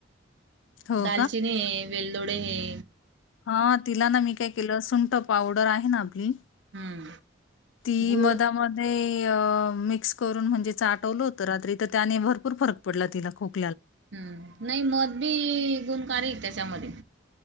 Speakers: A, on the left (about 80°); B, on the right (about 65°).
A: हो
B: दालचिनी है वेलदोडे है
A: हा तिला ना मी काय केलं सुंट पावडर आहे ना आपी
B: हम्म
A: ती
B: गुड
A: मधामध्ये मिक्स करून म्हणजे चाटवलं होत रात्री तर त्याने भरपूर फरक पडला तिला खूप
B: हम्म नाही मध बी गुणकारी त्याच्यामध्ये